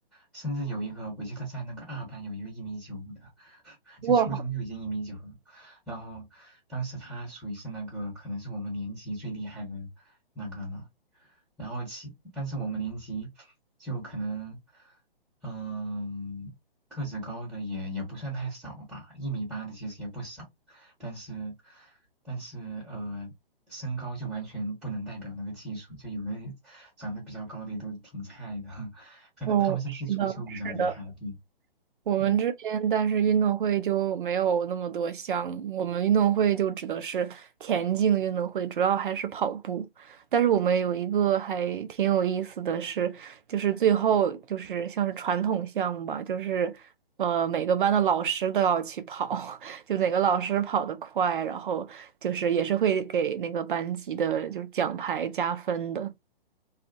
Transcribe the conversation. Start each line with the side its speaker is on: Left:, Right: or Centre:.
Centre: 甚至有一个我记得在那个二班有一个一米九的，<laughs> 就初中就已经一米九了，
Right: 哇，
Centre: 然后当时他属于是那个可能是我们年级最厉害的那个了，然后其但是我们年级就可能。嗯，个子高的也也不算太少吧，一米八的其实也不少，但是但是呃，身高就完全不能代表那个技术，就有的长得比较高的也都挺菜的，<laughs> 可能他们是踢足球比较厉害，
Right: 哦，是的，是的。
Centre: 对，
Right: 我们这边，
Centre: 嗯。
Right: 但是运动会就没有那么多项目。我们运动会就指的是田径运动会，主要还是跑步。但是我们有一个还挺有意思的是，就是最后就是像是传统项目吧，就是呃每个班的老师都要去跑，<laughs> 就哪个老师跑得快，然后就是也是会给那个班级的就是奖牌加分的。